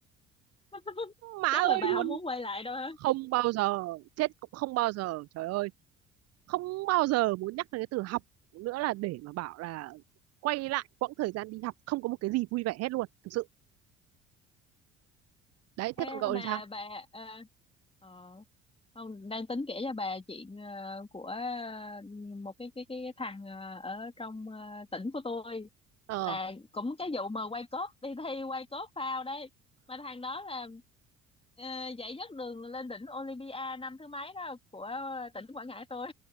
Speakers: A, on the left (about 15°); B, on the right (about 45°).
A: <laughs>
B: má ơi
A: chắc là bà
B: luôn
A: không muốn quay lại đâu hả
B: không bao giờ chết cũng không bao giờ trời ơi không bao giờ muốn nhắc đến cái từ học nữa là để mà bảo là quay lại quãng thời gian đi học không có một cái gì vui vẻ hết luôn thực sự đấy
A: Ê,
B: thế còn cậu
A: mà
B: thì sao
A: bà à, ờ, không đang tính kể cho bà chuyện ờ, của ờ, một cái cái cái thằng ờ, ở trong ờ, tỉnh của tôi
B: ờ
A: là cũng cái vụ mà quay cốt đi thi quay cốt phao đấy mà thằng đó là ờ, giải nhất đường lên đỉnh Olympia năm thứ mấy đó của tỉnh Quảng Ngãi tôi